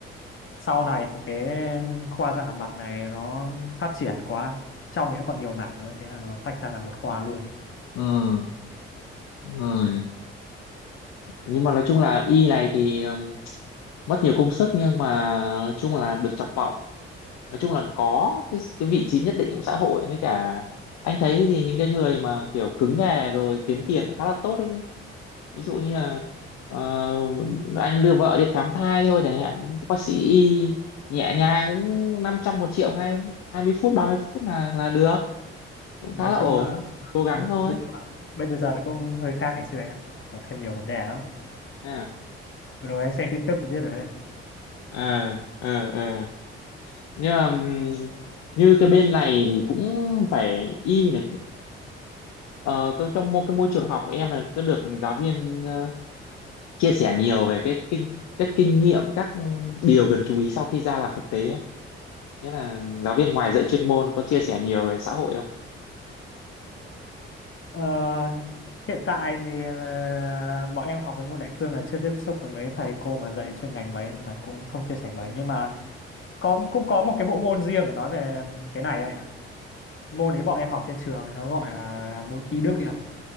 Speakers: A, on the left; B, on the left.
A: sau này thì cái khoa răng hàm mặt này nó phát triển quá trong thì nó còn nhiều mảng nữa thế là nó tách ra là một khoa luôn
B: ừ ừ nhưng mà nói chung là y này thì ừm, mất nhiều công sức nhưng mà nói chung là được trọng vọng nói chung là có cái cái vị trí nhất định trong xã hội với cả anh thấy thì những cái người mà kiểu cứng nghề rồi kiếm tiền cũng khá là tốt đấy ví dụ như là ờ, anh đưa vợ đi khám thai thôi chẳng hạn những bác sĩ y nhẹ nhàng cũng 500 một triệu ngay 20 phút 30 phút là là được cũng
A: nói
B: khá là
A: chung
B: ổn
A: là
B: cố gắng thôi
A: bây giờ, bây bây giờ nó cũng hơi khác ngày xưa anh ạ có thêm nhiều vấn đề lắm
B: à
A: vừa rồi anh xem tin tức thì biết rồi đấy
B: à à, à. nhưng mà ừm, như cái bên này thì cũng phải y là ờ, cái- trong mô, cái môi trường học của em là cứ được giáo viên ờ, chia sẻ nhiều về cái kinh các kinh nghiệm các điều cần chú ý sau khi ra làm thực tế nghĩa là giáo viên ngoài dạy chuyên môn có chia sẻ nhiều về xã hội không
A: Ờ, hiện tại thì ờ, bọn em học cái môn đại cương là chưa tiếp xúc với mấy thầy cô mà dạy chuyên ngành mấy nên là cũng không chia sẻ mấy nhưng mà có cũng có một cái bộ môn riêng để nói về cái này đây ạ môn ấy bọn em học trên trường thì nó gọi là môn y đức ấy ạ